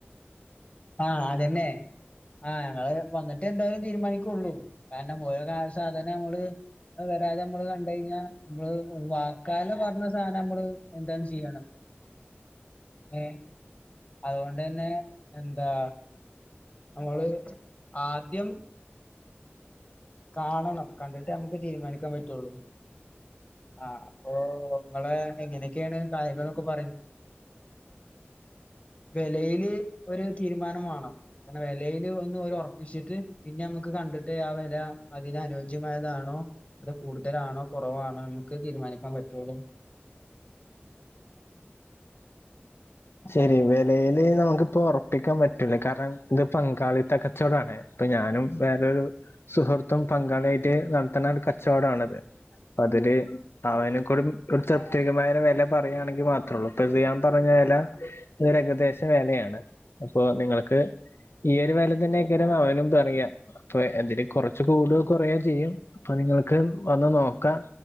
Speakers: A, on the left (about 30°); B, on the left (about 65°).
A: ആ അതെന്നെ ആഹ് ഞങ്ങള് വന്നിട്ട് ട്ട് എന്ത തീരുമാനിക്കുള്ളൂ കാരണം പോയ കാല സാധാനമ്മള് അതെ അതായതെ നമ്മള് കണ്ട് കഴിഞ്ഞാൽ നമ്മള് വാക്കാല പറഞ്ഞ സാധനം നമ്മള് എന്താ ചെയ്യണം ഏ അതുകൊണ്ട് തന്നെ എന്താ നമ്മള് ആദ്യം കാണണം കണ്ടിട്ടേ നമുക്ക് തീരുമാനിക്കാൻ പറ്റുള്ളൂ ആ അപ്പൊ നിങ്ങെ എങ്ങനെയൊക്കെയാണ് കാര്യങ്ങളൾ എന്നൊക്കെ പറയും വിലയില് ഒരു തീരുമാനം വേണം വിലയിൽ ഒന്ന് ഉറപ്പിച്ചിട്ട് പിന്നെ നമുക്ക് കണ്ടിട്ട് ആ വില അതിനന് അനുയോജ്യമായതാണോ അത് കൂടുതലാണോ കുറവാണോ നമുക്ക് തീരുമാനിക്കാൻ പറ്റുള്ളൂ
B: ശരി വിലയില് നമുക്കിപ്പോ ഉറപ്പിക്കാൻ പറ്റൂല കാരണം ഇത് പങ്കാളിത്ത കച്ചവടാണ് അപ്പൊ ഞാനും വേറരു സുഹൃത്തും പങ്കാളിയായിട്ട് നടത്തുന്ന ഒരു കച്ചവടമാണത് അതില് അവനും കൂടി ഒരു തൃപ്തികമായ വില പറയുകയാണെങ്കിൽ മാത്രേള്ളൂ ഇപ്പസയാം വല ഇത് ഒരു ഏകദേശ വെലയാണ് അപ്പോ നിങ്ങൾക്ക് ഈ ഒരു വല തന്നെ രാണ് അവനും പറയാ അപ്പൊ അതില് കൊറ പക്ഷെ കൂടുക കുറയാ ചെയ്യും പതിങ്ങള് ക്ക് വന്ന് നോക്കാം